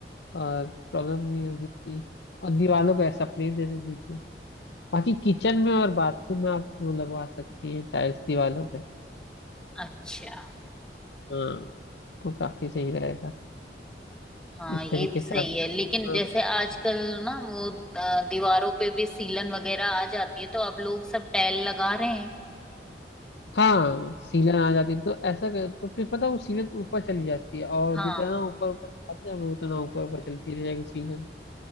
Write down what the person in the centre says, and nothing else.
अच्छा
हाँ
ये
भी सही
है लेकिन
जैसे आजकल ना वो अ, दीवारों पे भी सीलन वगैरह आ जाती है तो अब लोग सब टैल लगा रहे हैं
हाँ